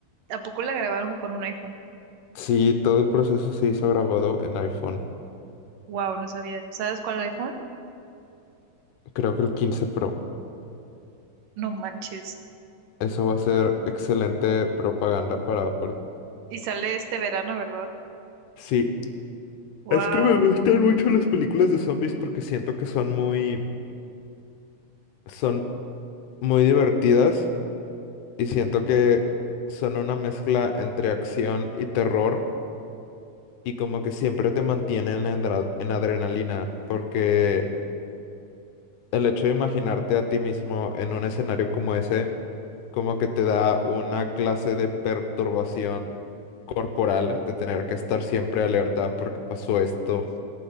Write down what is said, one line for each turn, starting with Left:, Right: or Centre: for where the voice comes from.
Right: ¿A poco la grabaron con un iPhone?
Left: sí, todo el proceso se hizo grabado en iPhone.
Right: Wow, no sabía eso. ¿Sabes cuál iPhone?
Left: Creo que el 15 Pro.
Right: No manches.
Left: Eso va a ser excelente propaganda para Apple.
Right: Y sale este verano, ¿verdad?
Left: Sí.
Right: Wow.
Left: Es que me gustan mucho las películas de zombies porque siento que son muy, son muy divertidas y siento que son una mezcla entre acción y terror y como que siempre te mantienen en, dra- en adrenalina porque el hecho de imaginarte a ti mismo en un escenario como ese como que te da una clase de perturbación corporal de tener que estar siempre alerta porque pasó esto,